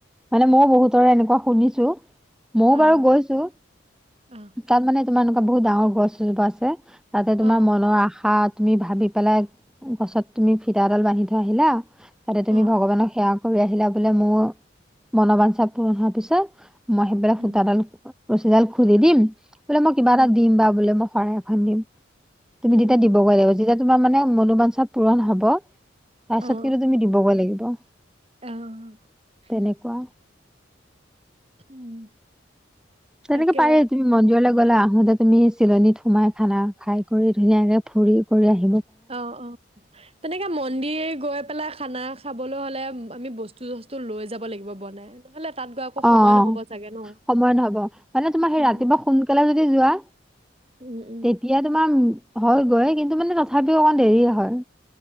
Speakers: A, in the centre; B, on the right.
A: মানে ময় বহুতৰে এনেকুৱা অ শুনিছো মইও
B: অ
A: বাৰু গৈছো
B: অ
A: তাত মানে তোমা এনেকুৱা বহুত ডাঙৰ <unintelligible> তাতে তোমাৰ
B: অ
A: মনৰ আশা তুমি ভাবি পেলাই গছত তুমি ফিতাডাল বান্ধি থৈ আহিলা তাতে তুমি
B: অ
A: ভগৱানক সেৱা কৰি আহিলা বোলে মোৰ মনোবাঞ্ছা পূৰণ হোৱাৰ পিছত মই সেইবিলাক
B: উম
A: সূতাডাল ৰচীডাল খুল, দিদিম বোলে মই কিবা
B: উম
A: এটা দিম বা বোলে মহ শৰাই এখন দিম তুমি
B: উম
A: যেতিয়া
B: উম
A: দিব লাগিব লাৰিব যেতিয়া তোমাৰ মানে মনোমাঞ্চা পূৰণ হব পাছত
B: অ
A: কিন্তু তুমি দিবগৈ লাগিব বহ
B: অ'
A: তেনেকুৱা
B: উম!
A: তেনেকে
B: তাকে
A: পায়ে তুমি মন্দিৰলৈ। বলা আহোতে তুমি চিলনীত সোমাই খানা খাই কৰি ধুনীয়াকে ফুৰি কৰি আহি
B: অ' অ' তেনেকে মন্দিৰ গৈ পেলাই খানা খাবলৈ হ'লে আমি বস্তু চস্তু লৈ যাব লাগিব বনাই নহ'লে তাত গৈ আকৌ
A: অ'
B: সময় নহ'ব চাগে ন
A: সময় নহব, মানে তোমাৰ সেই
B: অঁ
A: ৰাতিপুৱা সোনকালে যদি যোৱা
B: উম উম
A: তেতিয়া তোমাৰ হয় গৈ কি ন্তু মানে তথাপিও অকণমান দেৰিয়ে হয়।